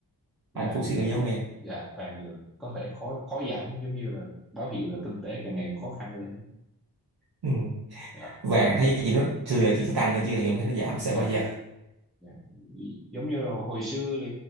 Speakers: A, in the centre; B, on the right.
A: vàng
B: anh cũng suy
A: giờ
B: nghĩ giống em
A: dạ vàng giờ có vẻ khó khó giảm giống như là báo hiệu là kinh tế càng ngày càng khó khăn lên
B: ừ.
A: dạ
B: vàng thấy gì nó xưa giờ chỉ có tăng thôi chứ hiện thấy nó giảm sẽ
A: dạ
B: bao giờ
A: Dạ, giống như là hồi xưa là